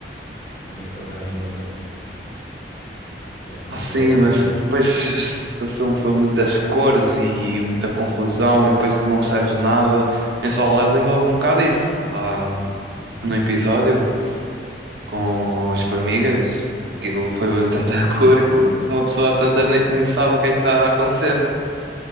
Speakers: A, on the left (about 65°); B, on the right (about 70°).
A: no que toca à animação. Eu acho que não
B: Ah,
A: há problema
B: sim, mas
A: se.
B: depois se o filme foi muitas cores e muita confusão e depois não percebes nada. Em Solo Leveling houve um bocado isso. Lá hum, no episódio com as formigas, aquilo foi tanta <laughs> cor que um, uma pessoa às tantas nem, nem sabe o que é que está a acontecer.